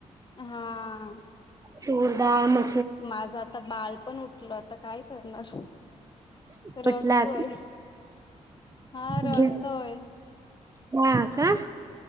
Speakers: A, on the left; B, on the right.
A: हा.
B: तुर दाळ म्ह
A: माझं आता बाळ पण उठल आता काय करणार.
B: बटला
A: रडतोय हा रडतोय.
B: घे हा का.